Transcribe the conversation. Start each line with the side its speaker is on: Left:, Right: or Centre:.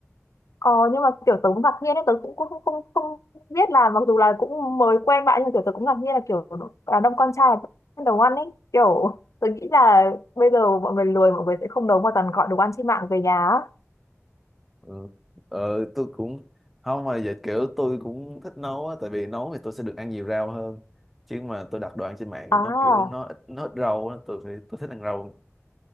Left: ờ, nhưng mà kiểu tớ cũng ngạc nhiên ấy, tớ cũng không, không, không biết là mặc dù là cũng mới quen bạn nhưng mà kiểu tớ cũng ngạc nhiên là kiểu đàn ông con trai là nấu ăn ấy. Kiểu tớ nghĩ là bây giờ mọi người lười mọi người sẽ không nấu mà toàn gọi đồ ăn trên mạng về nhà. á.
Centre: ừ. Ờ, tôi cũng không mà vậy kiểu tôi cũng thích nấu á tại vì nấu thì tôi sẽ được ăn nhiều rau hơn chứ mà tôi đặt đồ ăn trên mạng
Left: À,
Centre: thì nó kiểu nó ít nó ít rau á, tôi phải tôi thích ăn rau